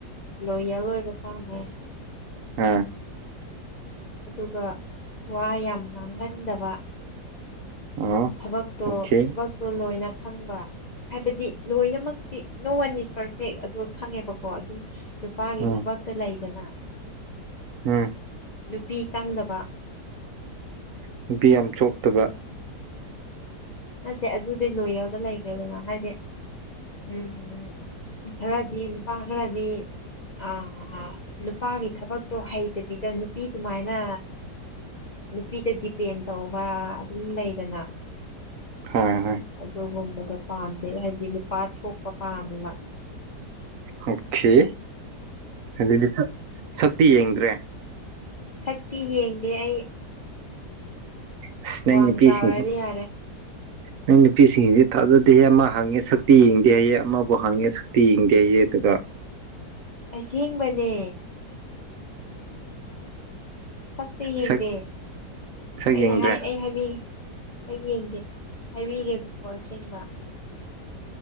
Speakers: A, on the left (about 55°); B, on the right (about 65°).
A: ꯂꯣꯌꯦꯜ ꯑꯣꯏꯕ ꯄꯥꯝꯃꯦ
B: ꯍꯥꯝ
A: ꯑꯗꯨꯒ ꯋꯥ ꯌꯥꯝ ꯉꯥꯡꯒꯟꯗꯕ
B: ꯑꯣ
A: ꯊꯕꯛꯇꯣ
B: ꯑꯣꯀꯦ
A: ꯊꯕꯛꯇꯣ ꯂꯣꯏꯅ ꯈꯪꯕ ꯍꯥꯏꯕꯗꯤ ꯂꯣꯏꯅꯃꯛꯇꯤ ꯅꯣ ꯋꯥꯟ ꯏꯁ ꯄꯔꯐꯦꯛ ꯑꯗꯨ ꯈꯪꯉꯦꯕꯀꯣ ꯑꯗꯨ ꯅꯨꯄꯥꯒꯤ
B: ꯎꯝ
A: ꯊꯕꯛꯇ ꯂꯩꯗꯅ
B: ꯎꯝ
A: ꯅꯨꯄꯤ ꯆꯪꯗꯕ
B: ꯅꯨꯄꯤ ꯌꯥꯝ ꯆꯣꯞꯇꯕ
A: ꯅꯠꯇꯦ ꯑꯗꯨꯗꯤ ꯂꯣꯏ ꯌꯔꯗ ꯂꯩꯈ꯭ꯔꯦꯗꯅ ꯍꯥꯏꯗꯤ ꯎꯝ ꯈꯔꯗꯤ ꯅꯨꯄꯥ ꯈꯔꯗꯤ ꯑꯥ ꯅꯨꯄꯥꯒꯤ ꯊꯕꯛꯇꯣ ꯍꯩꯇꯕꯤꯗ ꯅꯨꯄꯤ ꯑꯗꯨꯃꯥꯏꯅ ꯅꯨꯄꯤꯗ ꯗꯤꯄꯦꯟ ꯇꯧꯕ ꯑꯗꯨꯝ ꯂꯩꯗꯅ
B: ꯍꯣꯏ ꯍꯣꯏ
A: ꯑꯗꯨꯒꯨꯝꯕꯗꯣ ꯄꯥꯝꯗꯦ ꯍꯥꯏꯗꯤ ꯅꯨꯄꯥ ꯊꯣꯛꯄ ꯄꯥꯝꯃꯦꯅ
B: ꯑꯣꯀꯦ ꯑꯗꯨꯗꯤ ꯁꯛꯇꯤ ꯌꯦꯡꯗ꯭ꯔꯦ
A: ꯁꯛꯇꯤ ꯌꯦꯡꯗꯦ ꯑꯩ
B: ꯑꯁ ꯅꯪ
A: ꯋꯥꯡ
B: ꯅꯨꯄꯤꯁꯤꯡꯁꯦ
A: ꯆꯥꯎꯔꯗꯤ ꯌꯥꯔꯦ
B: ꯅꯪ ꯅꯨꯄꯤꯁꯤꯡꯁꯤ ꯊꯥꯖꯗꯦꯍꯦ ꯑꯃ ꯍꯪꯉꯦ ꯁꯛꯇꯤ ꯌꯦꯡꯗꯦ ꯍꯩꯑꯦ ꯑꯃꯕꯨ ꯍꯪꯉꯦ ꯁꯛꯇꯤ ꯌꯦꯡꯗꯦ ꯍꯩꯑꯦ ꯑꯗꯨꯒ <unintelligible>
A: ꯑꯁꯦꯡꯕꯅꯦ ꯁꯛꯇ ꯌꯦꯡꯗꯦ
B: ꯁꯛ ꯁꯛ
A: ꯑꯩꯅ
B: ꯌꯦꯡꯗ꯭ꯔꯦ
A: ꯍꯥꯏ ꯑꯩ ꯍꯥꯏꯕꯤ ꯍ ꯌꯦꯡꯗꯦ ꯍꯥꯏꯕꯤꯒꯦꯕꯀꯣ ꯑꯁꯦꯡꯕ